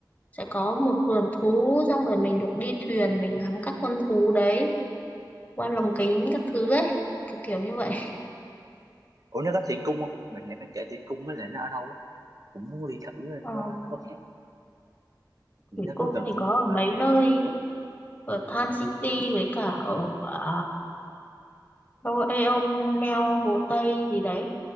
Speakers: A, on the left; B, on the right.
A: sẽ có một vườn thú xong rồi mình được đi thuyền, mình ngắm các con thú đấy qua lồng kính các thứ ấy, kiểu kiểu như vậy.
B: à. ủa nó có thủy cung không mình lại phải kể thủy cung với lại nó ở đâu á cũng muốn đi thử
A: Ờ,
B: nó nó có thì
A: Thủy
B: nó
A: Cung
B: có gần
A: thì
B: khu
A: có
B: tự
A: ở mấy nơi ý. Ở Tan
B: ờ,
A: City với cả ở à, đâu Aeon Mel Hồ Tây gì đấy.